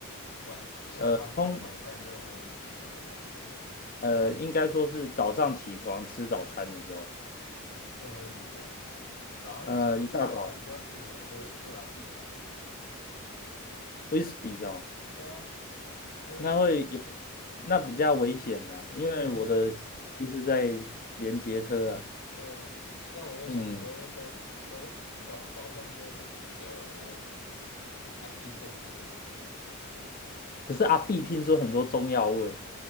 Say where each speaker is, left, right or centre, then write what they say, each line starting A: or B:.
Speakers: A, on the left (about 85°); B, on the left (about 40°).
A: 晚下班晚晚餐就喝啤酒这样子，
B: 呃，通呃，应该说是早上起床吃早餐的时候，
A: 就喝啤酒啊早上起床吃早餐比较适合喝喝阿碧吧？
B: 呃，一大早 whisky 哦。
A: 哎呀，喝
B: 那会有，
A: <laughs>
B: 那比较危险呢、因为我的就是在连接车啊，
A: 呵呵，<laughs> 对啊。但我都想说都，
B: 嗯，
A: 都早早上都喝啤酒了，那阿碧更适合。
B: 可是阿碧听说很多中药味，